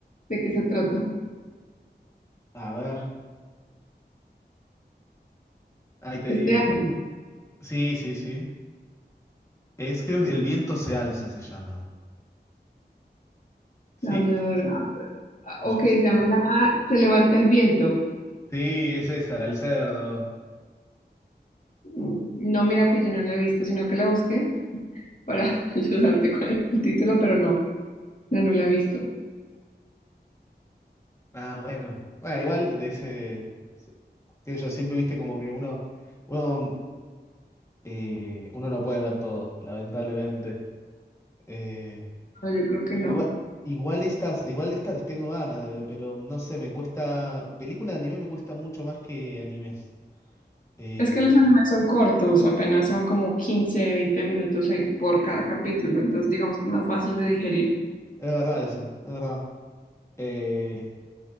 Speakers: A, on the left; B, on the left.
A: de qué se trata.
B: A ver, ahí te
A: este
B: digo.
A: de Ana,
B: Sí, sí, sí. Es, creo que El viento se alza se llama. ¿Sí?
A: la aviadora. Ah,
B: ¿Se
A: Ok,
B: llama-
A: se
B: ¿Es esta?
A: llama la
B: <laughs>
A: ah, Se levanta el viento.
B: Sí, es esa, la del cerdo.
A: Mm, No, mira que yo no la he visto, sino que la busqué para <laughs> ayudarte con el título, pero no, no, no la he visto.
B: Ah, bueno. Bueno, igual de ese, que yo siempre viste como que uno, uno, eh, uno no puede ver todo, lamentablemente. Eh,
A: No, yo creo que no.
B: igual, igual estas, igual estas les tengo ganas de ver, pero no sé, me cuesta, película de anime me cuesta mucho más que animes. Em,
A: Es que los animes son cortos, apenas son como 15, 20 minutos en- por cada capítulo, entonces digamos que es más fácil de digerir.
B: es verdad eso, es verdad. Eh,